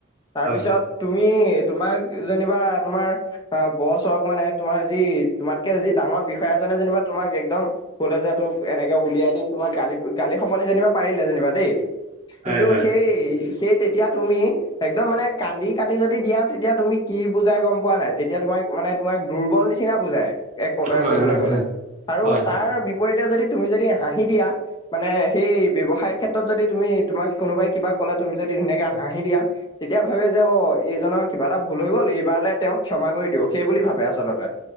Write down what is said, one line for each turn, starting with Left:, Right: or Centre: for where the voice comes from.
Left: তাৰপিছত
Right: হয়।
Left: তুমি তুমি তোমাক যেনিবা তোমাৰ অ বছ হওক মানে তোমাৰ যি তোমাতকে যি ডাঙৰ বিষয়াজনে যেনিবা তোমাক একদম কলে যে তোক এনেকে উলিয়াই দিম তোমাক গালি গালি সপনি যেনিবা পাৰিলে যেনিবা দেই।
Right: হয়
Left: কিন্তু
Right: হয়
Left: সেই সেই তেতিয়া তুমি একদম মানে কান্দি কাটি যদি দিয়া তেতিয়া তুমি কি বুজাই গম পোৱা নাই তেতিয়া এতিয়া তোমাক মানে তোমাক দুৰ্বল নিচিনা বুজাই। এক প্ৰকাৰ
Right: হয়
Left: ক'বলে
Right: হয়
Left: গ'লে
Right: হয়।
Left: আৰু
Right: হয় হয়
Left: তাৰ বিপৰীতে যদি তুমি যদি হাঁহি দিয়া মানে সেই ব্যৱসায় ক্ষেত্ৰত যদি তুমি তোমাক কোনোবাই কিবা ক'লে তুমি যদি ধুনীয়াকে হাঁহি দিয়া তেতিয়া ভাবে যে অ এইজনৰ কিবা এটা ভুল হৈ গ'ল এইবাৰলে তেওঁ ক্ষ ক্ষমা কমা কৰি দিও। সেই বুলি ভাবে আচলতে।